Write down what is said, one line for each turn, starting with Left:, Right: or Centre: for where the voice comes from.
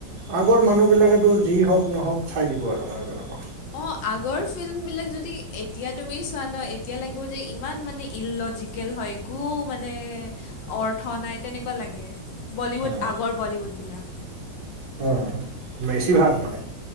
Right: আগৰ মানুহ বিলাকেতো যি হওক নহওক চাই দিব আৰু মানে তেনেকুৱা
Left: অ', আগৰ ফিল্ম বিলাক যদি এতিয়া তুমি চোৱা ন এতিয়া লাগিব যে, ইমান মানে ইললজিকেল হয়। একো মানে অৰ্থ নাই, তেনেকুৱা লাগে। বলীউড
Right: উম
Left: আগৰ বলীউডবিলাক
Right: উম', বেছিভাগ মানে